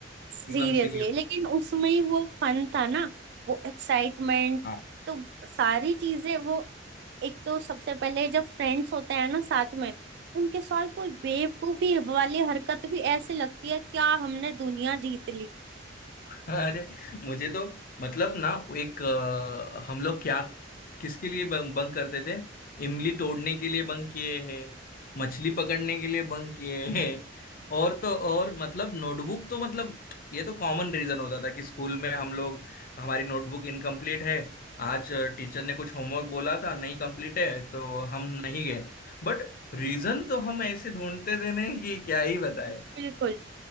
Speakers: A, on the right; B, on the left.
A: सीरियसली
B: एकदम सिली
A: लेकिन उसमें ही वो फन था ना वो एक्साइटमेंट
B: हाँ
A: तो सारी चीजें वो एक तो सबसे पहले जब फ्रेंड्स होते हैं ना साथ में उनके साथ कोई बेवकूफी वाली हरकत भी ऐसे लगती है क्या हमने दुनिया जीत ली
B: अरे मुझे तो मतलब ना एक अ, हम लोग क्या किसके लिए बंक बंक करते थे इमली तोड़ने के लिए बंक किए हैं मछली पकड़ने के लिए बंक किए हैं और तो और मतलब नोटबुक तो मतलब ये तो कॉमन रीजन होता था कि स्कूल में हम लोग हमारी नोटबुक इनकम्प्लीट है आज टीचर ने कुछ होमवर्क बोला था नहीं कंप्लीट है तो हम नहीं गए बट रीजन तो हम ऐसे ढूंढते थे ना कि क्या ही बताए
A: बिल्कुल